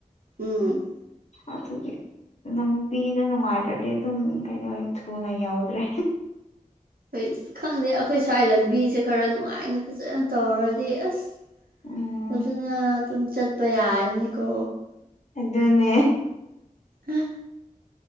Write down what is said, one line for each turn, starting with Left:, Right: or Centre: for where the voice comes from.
Right: ꯎꯝ
Left: ꯑꯗꯨꯒꯤ ꯂꯝꯕꯤꯅ ꯅꯨꯡꯉꯥꯏꯇ꯭ꯔꯗꯤ ꯑꯗꯨꯝ ꯀꯩꯅꯣ ꯊꯨꯅ ꯌꯧꯗ꯭ꯔꯦ
Right: ꯍꯣꯏꯁ ꯈꯪꯗꯦ ꯑꯩꯈꯣꯏ ꯁ꯭ꯋꯥꯏ ꯂꯝꯕꯤꯁꯦ ꯈꯔ ꯅꯨꯡꯉꯥꯏꯅ ꯐꯖꯅ ꯇꯧꯔꯗꯤ ꯑꯁ
Left: ꯎꯝ
Right: ꯐꯖꯅ ꯑꯗꯨꯝ ꯆꯠꯄ ꯌꯥꯔꯅꯤꯀꯣ
Left: ꯑꯗꯨꯅꯦ
Right: ꯍꯥ